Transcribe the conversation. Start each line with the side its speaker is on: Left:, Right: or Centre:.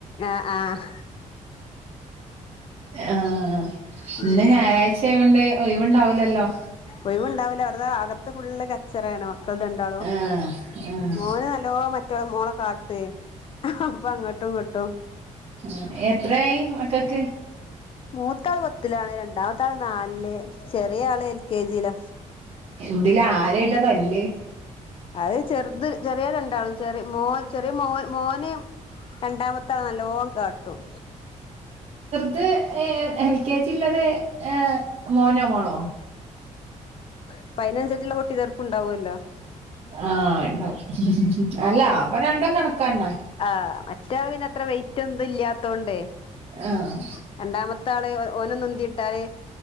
Left: ആഹ് ആഹ്
Right: ആഹ
Left: ഉം
Right: ഇന്ന് ഞായറാഴ്ച ആയോണ്ട് ഒഴിവുണ്ടാവുലല്ലോ
Left: ഒഴിവുണ്ടാവൂല അവടെ അതാ അകത്ത് ഫുള്ള് ക ച്ചറ്യാണ് മക്കള് രണ്ടാളും
Right: ആഹ് ആഹ്
Left: മോന് നല്ലോ മറ്റോ മോളെ കാട്ടേ അപ്പൊ അങ്ങട്ടും ഇങ്ങട്ടും
Right: ഉം എത്രായി മക്കക്ക്
Left: മൂത്താള് പത്തിലാണ് രണ്ടാമത്താള് നാലില് ചെറിയ ആള് എൽ കെ ജിയില
Right: ഇതില് ആരായിട്ടാ തല്ല്
Left: അത് ചെറ്ത് ചെറ്യേ രണ്ടാളും ചെറെ മോ ചെറിയ മോ മോന് രണ്ടാമത്താളെ നല്ലോം കാട്ടും
Right: അത് എൽ കെ ജിള്ളത് ഏ മോനോ മോളോ
Left: അപ്പ അയ്നൻസരിച്ചുള്ള പൊട്ടിതർപ്പ്ണ്ടാവ്യല്ലോ
Right: ആഹ ണ്ടാവും അല്ല അപ്പം രണ്ടും കണക്കാ ന്നാൽ
Left: ആഹ മറ്റോൻ പിന്നെ അത്ര വെയിറ്റും എന്തും ഇല്ലാത്തോണ്ടെ
Right: ആഹ്
Left: രണ്ടാമത്തെ ആള് ഓനൊന്ന് ഉന്തിട്ടാല്